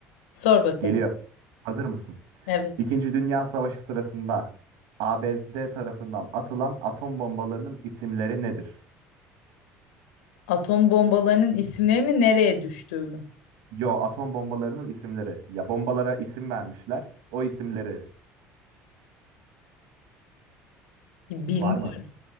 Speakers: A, on the left; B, on the right.
A: Sor bakalım.
B: Geliyor. Hazır mısın?
A: Evet.
B: İkinci Dünya Savaşı sırasında ABD tarafından atılan atom bombalarının isimleri nedir?
A: Atom bombalarının isimleri mi nereye düştüğü mü?
B: Yo, atom bombalarının isimleri. Ya bombalara isim vermişler. O isimleri
A: Bilmiyorum.
B: var mı?